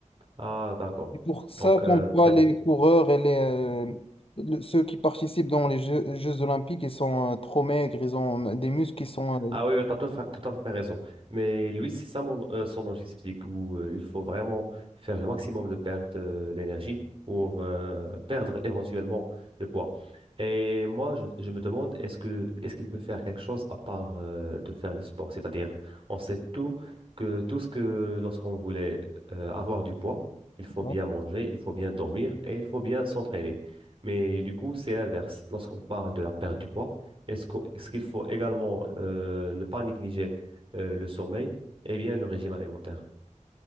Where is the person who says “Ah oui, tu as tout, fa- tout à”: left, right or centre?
Right